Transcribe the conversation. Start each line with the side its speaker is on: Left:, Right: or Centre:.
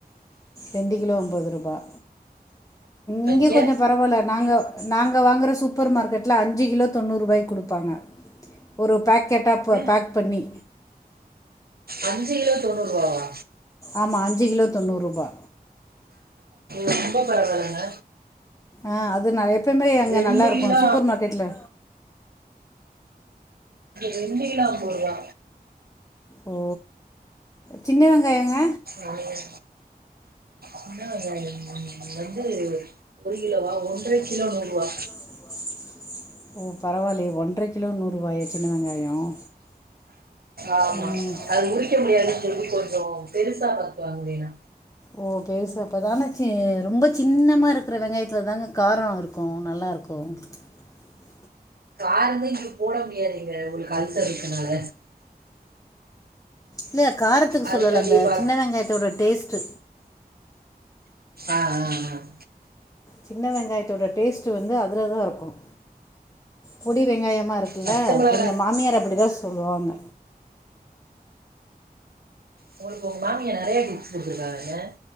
Left: ரெண்டு கிலோ ஐம்பது ரூபாய இங்கே
Right: அங்க
Left: கொஞ்சம் பரவாயில்ல நாங்கள் நாங்க வாங்கற சூப்பர் மார்க்கெட்ல அஞ்சு கிலோ தொண்ணூறு ரூபாய் கொடுப்பாங்க ஒரு பேக்கெட் கேட்டா
Right: ஏ
Left: பேக் பண்ணி
Right: அஞ்சு கிலோ தொண்ணூறு ரூவாவா
Left: ஆமா அஞ்சு கிலோ தொண்ணூறு ரூபா
Right: ரொம்ப பரவாயில்ங்க
Left: ஆஹ் அது நிறையா எப்பயமே அங்க
Right: ரெண்டு
Left: நல்லா இருக்கும்
Right: கிலோ
Left: சூப்பர் மார்க்கெட்ல
Right: ரெண்டு கிலோ ஐம்பது ரூவா
Left: ஓ சின்ன வெங்காயங்க
Right: உஹ <inaudible> சின்ன வெங்காயம் வந்து ஒரு கிலோவா ஒன்றரை கிலோ நூறு ரூவா
Left: <inaudible> ஓ பரவாயில்ல ஒன்றரை கிலோ நூறு ரூபாயா சின்ன வெங்காயம்
Right: ஆமா
Left: ம்
Right: அது உறிக்க முடியாது சொல்லி கொஞ்சம் பெருசா பத்துவாங்கனேன்ன
Left: ஓ பெருச அப்போ தானே சி ரொம்ப சின்னமா இருக்கிற வெங்காயத்தில் தாங்க காரம் இருக்கும் நல்லாயிருக்கும் போ <inaudible>
Right: காரந்த இங்க போட முடியாதங்க உங்களுக்கு அல்சர் இருக்குனால
Left: இல்ல காரத்துக்கு
Right: அதுக்காண்டியே
Left: சொல்லல அந்த
Right: பா
Left: சின்ன வெங்காயத்தோட டேஸ்ட்டு
Right: ஆஹ் ஆஹ் ஆஹ்
Left: சின்ன வெங்காயத்தோட டேஸ்ட்டு வந்து அதில் தான் இருக்கும் பொடி வெங்காயமா இருக்கு
Right: பச்சை மிளகாய்
Left: எங்க மாமியார் அப்படிதான் சொல்லுவாங்க
Right: உங்களுக்கு உங்க மாமிய நிறைய டிப்ஸ் கொடுத்திருக்காங்க என்ன